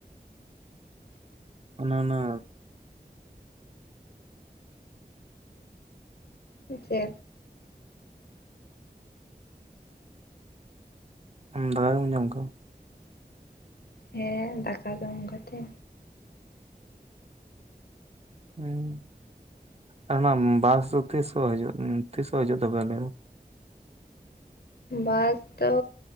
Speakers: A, on the right; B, on the left.
A: ᱚᱱᱟᱱᱟ
B: ᱡᱮ
A: ᱟᱢ ᱫᱟᱫᱟ ᱜᱮᱢ ᱡᱚᱢ ᱟᱠᱟᱣᱟ
B: ᱦᱮᱸ ᱫᱟᱠᱟ ᱫᱚᱢ ᱠᱟᱛᱮ
A: ᱦᱮᱸ ᱟᱨ ᱚᱱᱟ ᱵᱟᱥ ᱫᱚ ᱛᱤᱥ ᱦᱚᱸ ᱦᱤᱡᱩᱜ ᱛᱤᱥ ᱦᱚᱸ ᱦᱤᱡᱩᱜ ᱛᱚᱵᱮ ᱟᱞᱮᱭᱟᱜ
B: ᱵᱟᱥ ᱫᱚ